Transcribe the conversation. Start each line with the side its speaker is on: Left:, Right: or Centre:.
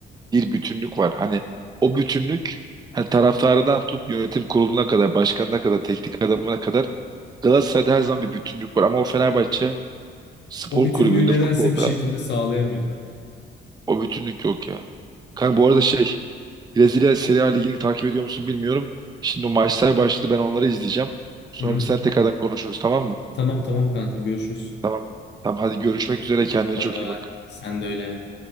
Right: bir bütünlük var. Hani o bütünlük hani taraftarından tut yönetim kuruluna kadar, başkanına kadar, teknik adamına kadar Galatasaray'da her zaman bir bütünlük var. Ama o Fenerbahçe spor
Left: O bütünlüğü
Right: kulübünde,
Left: nedense
Right: futbolda
Left: bir şekilde sağlayamıyorlar ya.
Right: o bütünlük yok ya. Kanka bu arada şey Brezilya Serie A Ligi'ni takip ediyor musun bilmiyorum. Şimdi o maçlar başladı ben onları izleyeceğim. Sonra
Left: Hı hı.
Right: biz sen tekrardan konuşuruz tamam mı?
Left: Tamam tamam kanka görüşürüz.
Right: Tamam. Tamam hadi görüşmek üzere kendine
Left: Bay
Right: çok
Left: bay.
Right: iyi bak.
Left: Sen de öyle.